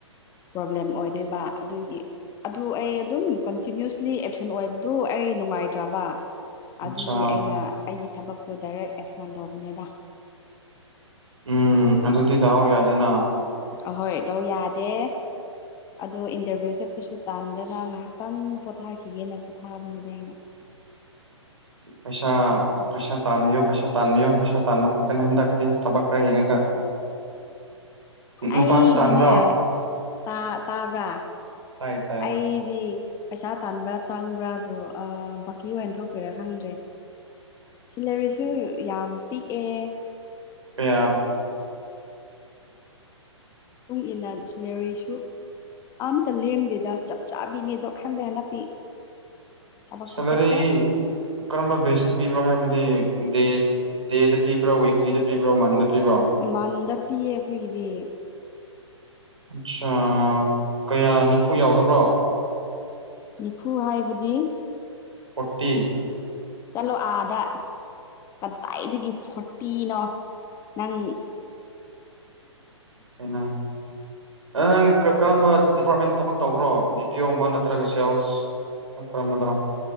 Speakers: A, on the left (about 20°); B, on the right (about 70°).
A: ꯄ꯭ꯔꯣꯕ꯭ꯂꯦꯝ ꯑꯣꯏꯗꯣꯏꯕ ꯑꯗꯨꯒꯤ ꯑꯗꯨ ꯑꯩ ꯑꯗꯨꯝ ꯀꯟꯇꯤꯅꯌꯨꯁꯂꯤ ꯑꯦꯞꯁꯦꯟ ꯑꯣꯏꯕ ꯑꯗꯨ ꯑꯩ ꯅꯨꯡꯉꯥꯏꯇ꯭ꯔꯕ
B: ꯑꯠꯆꯥ
A: ꯑꯗꯨꯒꯤ ꯑꯩꯅ ꯑꯩꯒꯤ ꯊꯕꯛꯇꯣ ꯗꯥꯏꯔꯦꯛ ꯑꯦꯁꯀꯣꯟ ꯇꯧꯕ ꯅꯦꯗꯥ
B: ꯎꯝ ꯑꯗꯨꯗꯤ ꯗꯥꯎ ꯌꯥꯗꯦꯅ
A: ꯑꯍꯣꯏ ꯗꯥꯎꯌꯥꯗꯦ ꯑꯗꯣ ꯏꯟꯇꯔꯚꯤꯌꯨ ꯆꯠꯄꯁꯨ ꯇꯥꯟꯗꯅ ꯉꯥꯏꯍꯥꯛꯇꯪ ꯄꯣꯊꯥꯈꯤꯒꯦꯅ ꯄꯣꯊꯥꯕꯅꯤꯗ ꯑꯩꯅ
B: <inaudible> ꯄꯩꯁꯥ ꯄꯩꯁꯥ ꯇꯥꯟꯕꯤꯌꯣ ꯄꯩꯁꯥ ꯇꯥꯟꯕꯤꯌꯣ ꯄꯩꯁꯥ ꯇꯥꯟꯕ ꯈꯛꯇꯅꯦ ꯍꯟꯗꯛꯇꯤ ꯊꯕꯛ ꯈꯔ ꯌꯦꯡꯉꯒ ꯅꯨꯄꯥꯁꯨ
A: ꯑꯩꯗꯤꯅꯦ
B: ꯇꯥꯟꯕ꯭ꯔꯣ
A: ꯇꯥ ꯇꯥꯕ꯭ꯔꯥ
B: ꯇꯥꯏ ꯇꯥꯏ
A: ꯑꯩꯗꯤ ꯄꯩꯁꯥ ꯇꯥꯟꯕ꯭ꯔꯥ ꯆꯪꯕ꯭ꯔꯥꯕꯨ ꯕꯀꯤ ꯑꯣꯏꯅ ꯊꯣꯛꯇꯣꯏꯔꯥ ꯈꯪꯗ꯭ꯔꯦ ꯁꯤꯂꯔꯤꯁꯨ ꯌꯥꯝ ꯄꯤꯛꯑꯦ
B: ꯀꯌꯥ
A: ꯃꯇꯨꯡ ꯏꯟꯅ ꯁꯤꯜꯂꯔꯤꯁꯨ ꯑꯝꯇ ꯂꯦꯝꯗꯦꯗ ꯆꯞ ꯆꯥꯕꯤꯅꯦꯗꯣ ꯈꯪꯗꯦ ꯍꯟꯗꯛꯇꯤ ꯊꯕꯛꯁꯨ
B: ꯁꯦꯂꯔꯤ
A: ꯆꯠꯇꯦ
B: ꯀꯔꯝꯕ ꯕꯦꯁꯇ ꯄꯤꯕ꯭ꯔꯣ ꯍꯥꯏꯕꯗꯤ ꯗꯦꯁ ꯗꯦ ꯄꯤꯕ꯭ꯔꯣ ꯋꯤꯛꯂꯤꯗꯥ ꯄꯤꯕ꯭ꯔꯣ ꯄꯤꯕ꯭ꯔꯣ
A: ꯃꯟꯗ ꯄꯤꯌꯦ ꯑꯩꯈꯣꯏꯒꯤꯗꯤ
B: ꯑꯠꯆꯥ ꯀꯌꯥ ꯅꯤꯐꯨ ꯌꯥꯎꯗꯕ꯭ꯔꯣ
A: ꯅꯤꯐꯨ ꯍꯥꯏꯕꯗꯤ
B: ꯐꯣꯔꯇꯤ
A: ꯆꯠꯂꯣ ꯑꯥꯗ ꯀꯗꯥꯏꯗꯒꯤ ꯐꯣꯔꯇꯤꯅꯣ ꯅꯪ
B: ꯀꯩꯅ ꯅꯪ ꯀꯔꯝꯕ ꯗꯤꯄꯥꯔꯠꯃꯦꯟꯗ ꯊꯕꯛ ꯇꯧꯕ꯭ꯔꯣ ꯕꯤ ꯄꯤ ꯑꯣꯒꯨꯝꯕ ꯅꯠꯇ꯭ꯔꯒ ꯁꯦꯜꯁ ꯀꯥꯔꯝꯕꯗꯅꯣ